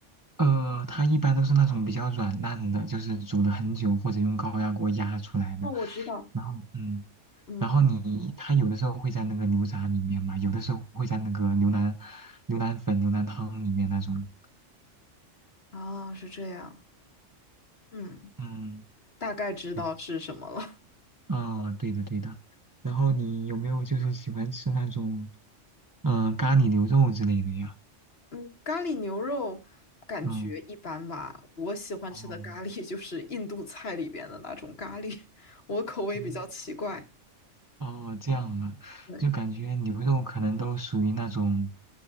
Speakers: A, on the right; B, on the left.
A: 呃，它一般都是那种比较软烂的，就是煮了很久或者用高压锅压出来的。
B: 哦，我知道。
A: 然后，嗯，
B: 嗯，
A: 然后你它有的时候会在那个牛杂里面嘛，有的时候会在那个牛腩、牛腩粉、牛腩汤里面那种。
B: 啊，是这样。嗯，
A: 嗯，
B: 大概知道是什么了。
A: 对，
B: <laughs>
A: 嗯，对的，对的。然后你有没有就是喜欢吃那种嗯、呃咖喱牛肉之类的呀？
B: 嗯，咖喱牛肉感觉一般吧。
A: 嗯，
B: 我喜欢吃的咖喱
A: 哦，
B: <laughs> 就是印度菜里边的那种咖喱，<laughs> 我口味比较奇怪。
A: 嗯哦，这样啊，
B: 对，
A: 就感觉牛肉可能都属于那种，